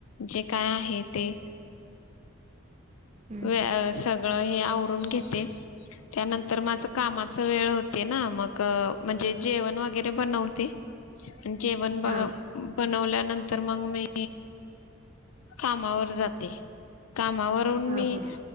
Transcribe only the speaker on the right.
हम्म
हां
हा
हा